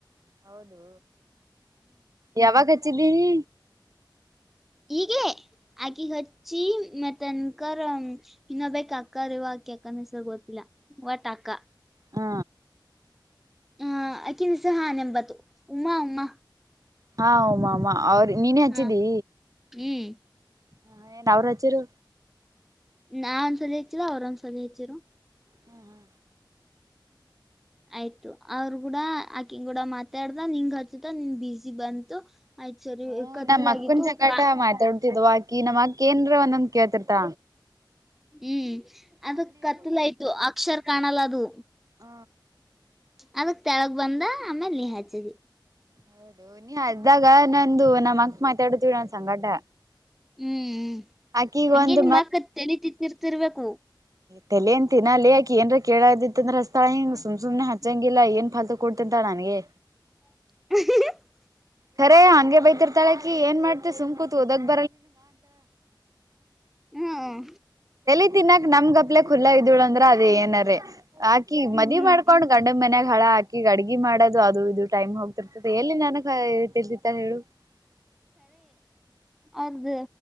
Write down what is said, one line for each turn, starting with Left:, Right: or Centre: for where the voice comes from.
Right: ಹೌದು ಯಾವಾಗ ಹಚ್ಚಿದ್ದೀನಿ.
Centre: ಈಗೆ ಆಕಿ ಹಚ್ಚಿ. ಮತ್ತ ಅನ್ಕರ್ ಇನ್ನೊ್ ಬಕ್ ಅಕ್ಕರ್ ಇವಕಿ ಅಕ್ಕನ್ ಹೆಸರು ಗೊತ್ತಿಲ್ಲ. ವಟಾಕ.
Right: ಹಾ.
Centre: ಹ ಅಕಿನಿಸ ಹಾ ನ ಎಂಬತ್ತು ಉಮ್ಮಾ ಉಮ್ಮಾ.
Right: ಹಾ ಹಮ್ಮ ಅಮ್ಮ ಅವ್ರ ನೀನೇ ಹಚ್ಚಿದಿ.
Centre: ಹಾ ಹ್ಮ್
Right: ಹಾ ಏನ್ ಅವ್ರುಚರು.
Centre: ನಾ ಒಂದ್ಸಲ ಹೆಚ್ಚಿದ ಅವ್ರುೊಂದ್ಸಲ ಹೆಚ್ಚರು.
Right: ಹ್ಮ್ ಹ್ಮ್.
Centre: ಆಯ್ತು ಅವರು ಕೂಡ ಹಾಕಿ ಕೂಡ ಮಾತಾಡ್ದ ನಿನ್ಂಗ ಹಚ್ಚತ ನಿನ್ ಬಿಸಿ ಬಂತು. ಆಯ್ತ್ ಸರಿ
Right: ಹ್ಮ
Centre: ಕತ್ತಲಾಗಿತ್ತು
Right: ನಮ್ಮ್ ಅಕ್ಕನ ಸಂಕಟ
Centre: ಕಾ
Right: ಮಾತಾಡ್ತಿದ್ವಾ. ಈ ನಮ್ಮ ಅಕ್ಕೇಏನ್ರ ಒಂದೊಂದ ಕೇಳ್ತಿರ್ತ.
Centre: ಹ್ಮ್ ಅದ ಕತ್ತಲಯ್ತು ಅಕ್ಷರ ಕಾಣಲ್ಲ ಅದು.
Right: ಹ
Centre: ಅದಕ್ ಕೆಳಗೆ ಬಂದ ಆಮೇ ನೀ ಹಚ್ಚಿದ.
Right: ಹೌದು ನೀ ನಂದು ನಮ್ಮ ಅಕ್ ಮಾತಾಡುದವಿ ನನ್ ಸಂಗಟ.
Centre: ಹ್ಮ್
Right: ಆಕಿಗ್
Centre: ಹಂಗೇ
Right: ಒಂದ್
Centre: ನಿಮ್ಮಕ್ಕ ತೆಲಿ ತಿಂತಿರಬೇಕ.
Right: ತಲೆಏನ್ ಟೈನ್ ಅಲ್ಲ ಯಾಕ ಏನ್ ಕೇಳ್ತ್ತಂದ್ರೆ ಅಸ್ಳ ಹಿಂಗ ಸುಮ್ನ ಸುಮ್ನೆ ಹಚ್ಚಂಗ. ಹಂಗಿಲ್ಲ ಏನ್ ಫಲ್ತ ಕೊಡ್ತಂತ ನನ್ಗೆ.
Centre: <unintelligible>
Right: ಕೆರೆ ಹಂಗೆ ಬೈತಿರ್ತಾಳಕಿ ಏನ್ ಮಾಡ್ತೆ ಸುಮ್ ಕೂತ್ ಒದಗ್.
Centre: ಹ್ಮ್
Right: <inaudible> ದಿನಾಕ್ ನಮ್ ಗಪ್ಲೆ ಖುಲ್ಲಾ ಇದ್ದಳ ಅಂದ್ರೆ ಅದ ಏನರ ಆಾಕಿ
Centre: ಹ್ಮ್
Right: ಮದಿ ಮಾಡ್ಕೊಂಡ್ ಗಂಡ ಮನ್ಯಾಗ. ಹಳ ಹಾಕಿ ಅಡ್ಗೆ ಮಾಡೋದು ಅದು ಇದು ಟೈಮ್ ಹೋಗ್ತಿರ್ತದೆ ಎಲ್ಲಿ ನನ. <inaudible>
Centre: ಅವರದು